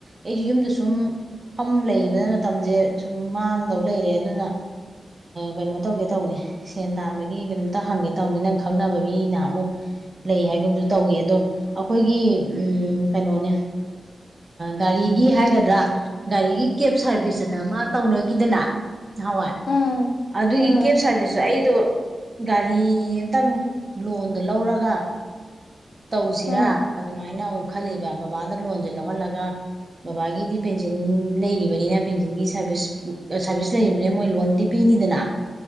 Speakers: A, on the right (about 30°); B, on the left (about 80°).
A: ꯑꯩꯁꯨ ꯌꯨꯝꯗ ꯁꯨꯝ ꯐꯝ ꯂꯩꯕꯗ ꯃꯇꯝꯁꯦ ꯁꯨꯝ ꯃꯥꯡꯗꯧ ꯂꯩꯔꯦ ꯑꯗꯨꯅ ꯀꯩꯅꯣ ꯇꯧꯒꯦ ꯇꯧꯕꯅꯦ ꯁꯦꯟ ꯇꯥꯟꯕꯒꯤ ꯀꯩꯅꯣꯝꯇ ꯍꯪꯒꯦ ꯇꯧꯕꯅꯤ ꯅꯪ ꯈ ꯈꯪꯅꯕ ꯃꯤꯅ ꯑꯃꯨꯛ ꯂꯩ ꯍꯥꯏꯒꯨꯝꯁꯨ ꯇꯧꯈꯤ ꯑꯗꯣ ꯑꯩꯈꯣꯏꯒꯤ ꯀꯩꯅꯣꯅꯦ ꯒꯥꯔꯤꯒꯤ ꯍꯥꯏꯒꯗ꯭ꯔꯥ ꯒꯥꯔꯤꯒꯤ ꯀꯦꯞ ꯁꯥꯔꯚꯤꯁ ꯑꯅ ꯃꯥ ꯇꯧꯅꯈꯤꯗꯅ ꯅꯍꯥꯟꯋꯥꯏ
B: ꯎꯝ
A: ꯑꯗꯨꯒꯤ
B: ꯎꯝ
A: ꯀꯦꯞ ꯁꯥꯔꯚꯤꯁꯁꯨ ꯑꯩꯗꯣ ꯒꯥꯔꯤ ꯈꯤꯇꯪ ꯂꯣꯟꯗ ꯂꯧꯔꯒ ꯇꯧꯁꯤꯔꯥ
B: ꯎꯝ
A: ꯑꯗꯨꯃꯥꯏꯅ ꯑꯃꯨꯛ ꯈꯜꯂꯤꯕ ꯕꯕꯥꯗ ꯂꯣꯟꯁꯦ ꯂꯧꯍꯜꯂꯒ ꯕꯕꯥꯒꯤꯗꯤ ꯄꯦꯟꯁꯤꯟ ꯂꯩꯔꯤꯕꯅꯤꯅ ꯄꯦꯟꯁꯤꯟꯒꯤ ꯁꯥꯔꯚꯤꯁ ꯁꯥꯔꯚꯤꯁ ꯂꯩꯔꯤꯕꯅꯤꯅ ꯃꯣꯏ ꯂꯣꯟꯗꯤ ꯄꯤꯅꯤꯗꯅ